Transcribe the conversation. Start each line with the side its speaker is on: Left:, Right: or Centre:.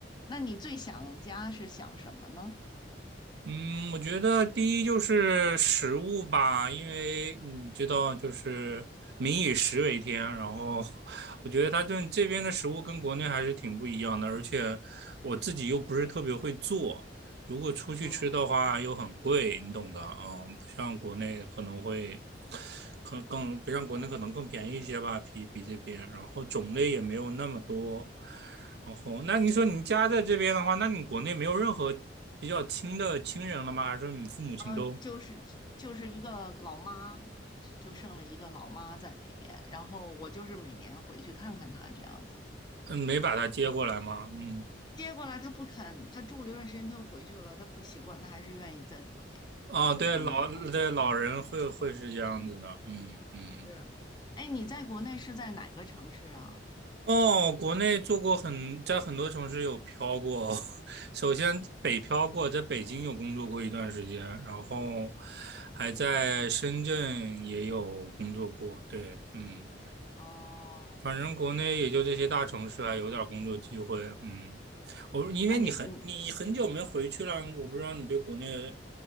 Left: 那你最想家是想什么呢？
Right: 嗯，我觉得第一就是食物吧，因为你知道，就是民以食为天。然后，我觉得它这这边的食物跟国内还是挺不一样的，而且我自己又不是特别会做，如果出去吃的话又很贵，
Left: 嗯
Right: 你懂的。嗯，不像国内可能会，
Left: 嗯，
Right: 可能更不像国内可能更便宜一些吧，比比这边。然后种类也没有那么多。然后，那你说你家在这边的话，那你国内没有任何比较亲的亲人了吗？还是你父母亲都
Left: 嗯，就是就是一个老妈，就剩了一个老妈在那边，然后我就是每年回去看看她这样子。
Right: 嗯没把他接过来吗？嗯，
Left: 接过来她不肯，她住了一段时间，她又回去了，她不习惯，她还是愿意在国内，
Right: 哦，
Left: 那我就没有办法。
Right: 对，老对老人会会是这样子的，嗯嗯。
Left: 是，哎，你在国内是在哪个城市啊？
Right: 哦，国内做过很，在很多城市有漂过。<laughs> 首先北漂过，在北京有工作过一段时间，然后还在深圳也有工作过。对，嗯。
Left: 哦，
Right: 反正国内也就这些大城市还有点工作机会，嗯，我因为你很你很久没回去了，
Left: 那你你
Right: 我不知道你对国内